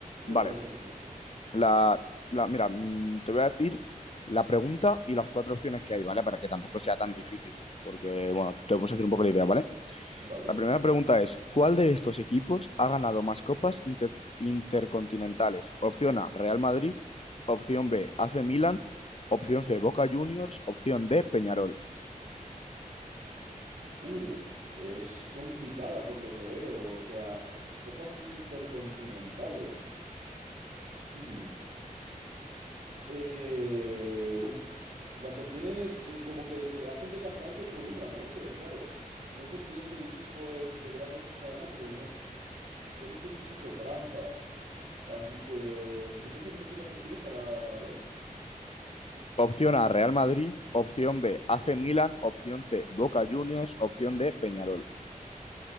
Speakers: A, on the left; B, on the right.
A: Vale,
B: Me parece perfecto.
A: La, la- mira, mm, te voy a decir la pregunta y las cuatro opciones que hay, ¿vale? Para que tampoco sea tan difícil, porque, bueno, te puedes hacer un poco la idea, ¿vale?
B: Vale.
A: La primera pregunta es, ¿cuál de estos equipos ha ganado más copas inter- intercontinentales? Opción A, Real Madrid. Opción B, AC Milan. Opción C, Boca Juniors. Opción D, Peñarol.
B: Uh, es complicada por lo que veo. O sea, copas intercontinentales. Hmm. Eh, uf, las opciones eh, como que te hacen decantarte por una, ¿no? Pero claro, no sé si ese equipo es de verdad el que ha ganado, porque no puede ser incluso trampa. Así que, si me puedes repetir las opciones para, para ver.
A: Opción A, Real Madrid. Opción B, AC Milan. Opción C, Boca Juniors. Opción D, Peñarol.